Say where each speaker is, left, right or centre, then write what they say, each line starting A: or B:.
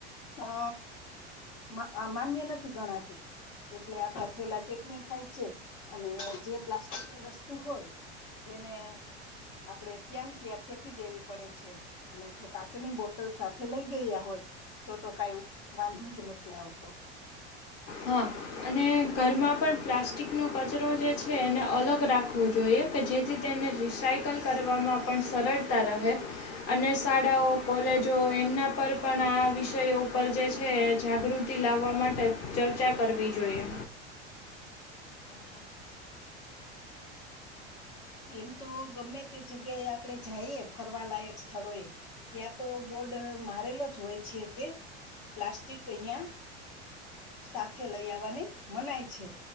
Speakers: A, on the left; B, on the left.
A: અ મ માન્ય નથી ગણાતું. એટલે આપડા થેલા ચેકિંગ થાય છે અને જે પ્લાસ્ટિકની વસ્તુ હોય એને આપડે ત્યાંન ત્યાં ફેંકી દેવી પડે છે અને જો કાચની બો સાથે લઈ ગયા હોય તો તો કાઈ વાંધો જ નથી આવતો.
B: હા અને ઘરમાં પણ પ્લાસ્ટિકનો કચરો જે છે એને અલગ રાખવો જોઈએ. કે જેથી તેને રિસાઈકલ કરવામાં પણ સરળતા રહે. અને શાળાઓ, કોલેજો એમના પર પણ આ વિષયો ઉપર જે છે જાગૃત તિ લાવવા માટે ચર્ચા કરવી જોઈએ.
A: હા હા. એમ તો ગમે તે જગ્યાએ આપણેે જાઈએ ફરવાલાયક સ્થળોએ ત્યાં તો બોર્ડ મારેલો જ હોય છે કે પ્લાસ્ટિક અહિયાં સાથે લઈ આવાની મનાય છે.